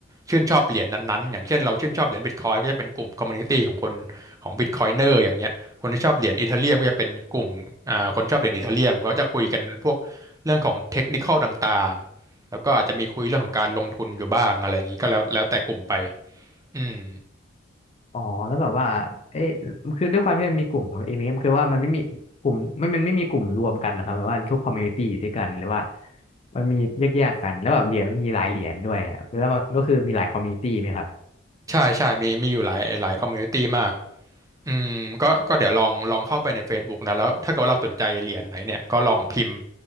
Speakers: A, on the right; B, on the left.
A: ชื่นชอบเหรียญนั้นๆอย่างเช่นเราชื่นชอบเหรียญบิตคอยก็จะเป็นกลุ่มคอมมูนิตี้ของคนของบิตคอยเนอร์อย่างเงี้ยคนที่ชอบเหรียญอีเธเรียมก็จะเป็นกลุ่มอ่าคนชอบเหรียญอีเธเรียมเขาจะคุยกันพวกเรื่องของเทคนิคอลต่างๆแล้วก็อาจจะมีคุยเรื่องของการลงทุนอยู่บ้างอะไรอย่างนี้ก็แล้วแล้วแต่กลุ่มไปอืม
B: อ๋อแล้วแบบว่าเอ๊ะคือด้วยความที่มันมีกลุ่มของตัวเองเนี่ยคือว่ามันไม่มีกลุ่มไม่มันไม่มีกลุ่มรวมกันเหรอครับแบบว่าทุกคอมมูนิตี้ด้วยกันหรือว่ามันมีแยกๆกันแล้วแบบเหรียญมันมีหลายเหรียญด้วยอะแล้วมันก็คือมีหลายคอมมูนิตี้ไหมครับ
A: ใช่ใช่มีมีอยู่หลายหลายคอมมูนิตี้มาก อืมก็ก็เดี๋ยวลองลองเข้าไปใน Facebook นะแล้วถ้าเกิดว่าเราสนใจเหรียญไหนเนี่ยก็ลองพิมพ์